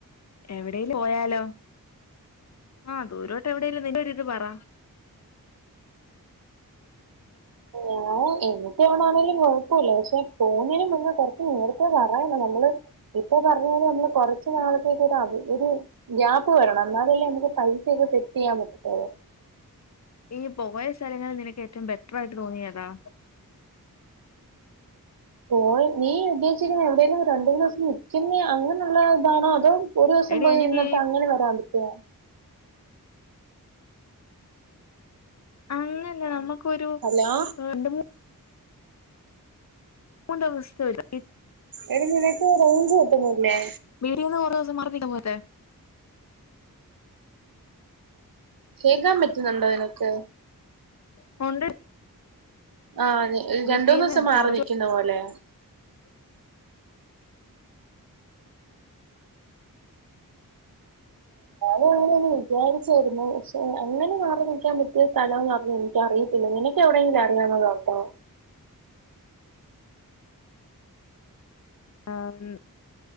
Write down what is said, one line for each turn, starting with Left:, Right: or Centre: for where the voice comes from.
Left: എവടേലും പോയാലോ? ആഹ് ദൂരോട്ടെവടേലും നിൻ്റൊരിത് പറ. <unintelligible>
Right: ഓ ആഹ് എനിക്കെവിടാണേലും കൊഴപ്പവില്ല പക്ഷെ പോന്നേനും മുന്നേ കൊറച്ച് നേരത്തേ പറയണം. നമ്മള് ഇപ്പൊ പറഞ്ഞാല് നമ്മള് കൊറച്ച് നാളത്തേക്കൊരവ ഒരു ഗ്യാപ്പ് വരണം. എന്നാലല്ലേ നമുക്ക് പൈസയൊക്കെ സെറ്റ് ചെയ്യാൻ പറ്റത്തൊള്ളൂ.
Left: ഈ പോയ സ്ഥലങ്ങളിൽ നിനക്കേറ്റവും ബെറ്ററായിട്ട് തോന്നിയേതാ?
Right: പോയി നീ ഉദ്ദേശിക്കുന്ന എവിടെയേും ഒരു രണ്ട് മൂന്ന് ദിവസം നിൽക്കുന്ന അങ്ങനെയുള്ള താണോ അതോ ഒരു ദിവസം
Left: എടി
Right: പോയി
Left: എനിക്ക്
Right: നിന്നിട്ട് അങ്ങനെ വരാൻ പറ്റുവാ
Left: അങ്ങല്ല നമ്മക്കൊരു
Right: ഹലോ
Left: രണ്ട് മൂ <unintelligible>
Right: എടി നിനക്ക് റേഞ്ച് കിട്ടുന്നില്ലേ?
Left: വീട്ടീന്ന് കൊറേദിവസം മാറിനിന്നാ പോരെ
Right: കേക്കാൻ പറ്റുന്നുണ്ടോ നിനക്ക്?
Left: <unintelligible>
Right: ആ അതെ ഒരു
Left: വീട്ടീന്ന്
Right: രണ്ടൂന്നൂസം മാറിനിക്കുന്നപോലെ
Left: കുറച്ച്
Right: ഞാനും അങ്ങനെന്ന് വിചാരിച്ചായിരുന്നു പക്ഷെ അങ്ങനെ മാറി നിൽക്കാൻ പറ്റിയ സ്ഥലം ഒന്ന് പറഞ്ഞ എനിക്കറിയത്തില്ല നിനക്ക് എവിടെങ്കിലും അറിയാവുന്നത് ഉണ്ടോ
Left: ആം